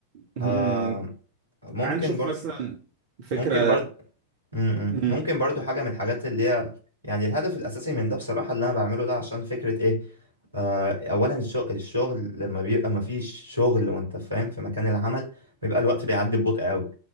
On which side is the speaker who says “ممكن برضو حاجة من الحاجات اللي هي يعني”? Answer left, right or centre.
Right